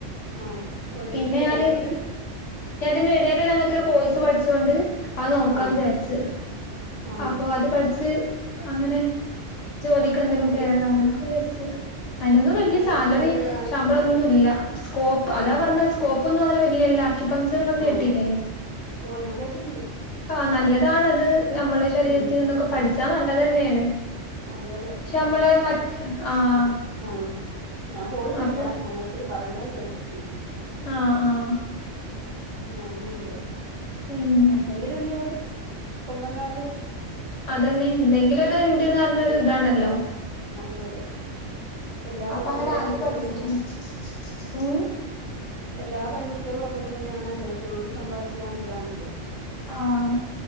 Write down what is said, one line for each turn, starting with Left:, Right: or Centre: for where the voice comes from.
Right: ആ ഓ
Left: പിന്നെ
Right: ഡിഗ്രി കഴിഞ്ഞിട്ട്
Left: ഞാന് ഞാനതിന്റെ ഇടയിലുള്ള അങ്ങനത്തെയൊരു കോഴസു പഠിച്ചോണ്ട്. അഹ് നോക്കാന്നു
Right: ആ
Left: വിചാരിച്ചു.
Right: ആ
Left: അപ്പൊ അതു പഠിച്ച്
Right: അ
Left: അങ്ങനെ.. ജോലിക്കെന്തെങ്കിലും
Right: അത്
Left: കേറ അങ്ങനെയൊക്കെ വിചരിച്ച് അതിനൊന്നും
Right: അത്
Left: വലിയ
Right: നല്ല
Left: സാലറി,
Right: സ്കോപ്പുള്ളതാണ്
Left: ശമ്പളോന്നുല്ല. സ്കോപ്പ്
Right: ഉം
Left: അതാ പറഞ്ഞത് സ് സ്കോപ്പൊന്നുങ്ങനെ വല്ല്യ ല്ലാ ആക്യുപൻചർ ങൾ
Right: ആ
Left: കെട്ടിയില്ലേ
Right: ഓ ഞാൻ കേട്ടിട്ടുണ്ട്
Left: ആ നല്ലതാണതു നമ്മടെ ശരീരത്തിനിനൊക്കെ
Right: ഉം
Left: പഠിച്ചാ നല്ലതു തന്നെയാണ്.
Right: അതെ അതെ
Left: ശേ മ്മൾ മറ്റ് ആഹ്
Right: ആഹ് ഞാൻപോയിട്ടില്ല.
Left: അപ്പൊ
Right: ഞാനോരുത്തരു പറയണേ കേട്ടിട്ടുണ്ട്.
Left: ആഹ് ആഹ്
Right: ഇങ്ങനെയാണുള്ളത്,
Left: ഉം
Right: എന്തെങ്കിലൊരു ജോലി സ്വന്തം കാലില്
Left: അതന്നെ എന്തെങ്കിലൊരുണ്ടെന്നു പറഞ്ഞ
Right: ഇത്
Left: ഇതാണല്ലോ
Right: അതെ അതെ ഇപ്പൊ എല്ലാ
Left: അപ്പൊ
Right: പെൺകുട്ടികളും
Left: അങ്ങനെ അത്‌ പഠിച്ചിട്ടുണ്ട്.
Right: തന്നെയാണ്
Left: ഉമ്
Right: എല്ലാ പെൺകുട്ടികളും അങ്ങനെ തന്നെയാണല്ലോ ഒരു ജോലി സമ്പാദിക്കുക എന്നുള്ളതാണല്ലോ
Left: ആഹ്‌